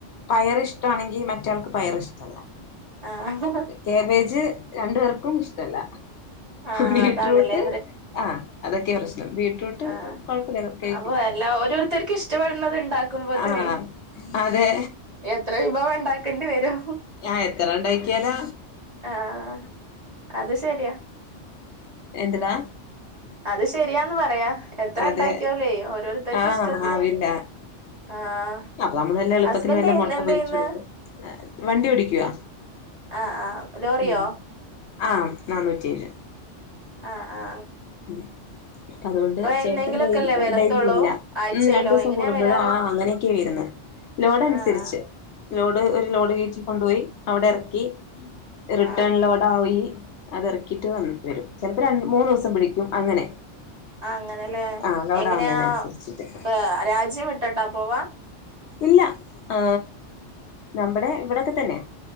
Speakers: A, on the left; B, on the right.
A: പയർ ഇഷ്ടാണെങ്കിൽ മറ്റയാൾക്ക് പയർ ഇഷ്ടമല്ല
B: ആഹ്
A: കേബേജ് രണ്ടു പേർക്കും ഇഷ്ടല്ല
B: ആഹ്
A: ബീട്രൂട്ട്
B: അതാണല്ലേ
A: ആ അതൊക്കേണ് പ്രശ്നം ബീറ്റ്റൂട്ട്
B: ആ
A: കുഴപ്പമില്ല കഴിക്കും
B: അപ്പൊ എല്ലാ ഓരോരുത്തർക്കും ഇഷ്ടപ്പെടുന്നത് ഉണ്ടാക്കുമ്പോത്തിന്
A: ആ അതെ
B: എത്ര വിഭവം ഉണ്ടാക്കേണ്ടി വരും
A: ഞാ എത്ര ഉണ്ടായിക്കാലാ
B: ആഹ് അത് ശരിയാ
A: എന്ത് ടാ
B: അത് ശരിയാന്ന് പറയാം എത്ര
A: അതെ
B: ഉണ്ടാക്കിയോലേ ഓരോരുത്തർക്ക്
A: ആഹ്
B: ഇഷ്ടത്തിന്
A: ആവില്ല
B: ആഹ്
A: അപ്പൊ നമ്മള് വല്ല എളുപ്പത്തിന്
B: ഹസ്ബൻഡ്
A: വല്ല മുട്ട
B: എന്ത്
A: പൊരിച്ച
B: ചെയ്യുന്ന്
A: കൊടുക്കും വണ്ടി ഓടിക്ക്യോ
B: ആഹ് ആഹ് ലോറിയോ
A: ഉം ആ നാന്നൂറ്റേഴ്
B: ആ ആ
A: ഉം അതുകൊണ്ട് ചേട്ടൻ
B: എന്നെങ്കിലുമൊക്കെല്ലേ
A: ഡ
B: വരത്തുള്ളൂ
A: ഡൈല ഇല്ല
B: ആഴ്ചയിലോ
A: ഉം രണ്ടു ദിവസം
B: എങ്ങനെയാ
A: കൂടുമ്പോഴോ
B: വരാറ്
A: ആ അങ്ങനെയൊക്കെയ വരന്ന് ലോഡ് അനുസരിച്ച്
B: ആഹ് ആഹ്
A: ലോഡ് ഒരു ലോഡ് കീറ്റിക്കൊണ്ടോയി അവിടെ ഇറക്കി റിട്ടേണിലോടെ
B: ആഹ് ആഹ്
A: ആയി അത് ഇറക്കിട്ട് വ വരും ചിലപ്പോ ര മൂന്ന് ദിവസം പിടി ക്കും അങ്ങനെ
B: ആ അങ്ങനെല്ലേ
A: ആഹ് ലോഡ്
B: എങ്ങനെയാ
A: ആവുന്നതിനനുസരിച്ചിട്ട്
B: ഇ രാജ്യം ഇട്ടട്ടാ പോവാ
A: ഇല്ല ഏ നമ്മുടെ ഇവിടെക്കെ തന്നെ